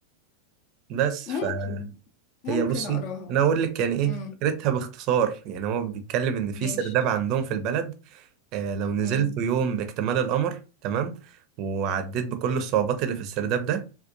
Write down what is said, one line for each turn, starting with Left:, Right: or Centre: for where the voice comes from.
Right: بس
Left: ممكن
Right: فهي
Left: ممكن
Right: بصي
Left: اقراها
Right: انا اقول لك يعني ايه
Left: امم
Right: فكرتها باختصار يعني هو بيتكلم ان في
Left: ماشي
Right: سرداب عندهم في البلد آه لو نزلت
Left: امم
Right: يوم اكتمال القمر تمام وعديت بكل الصعوبات اللي في السرداب ده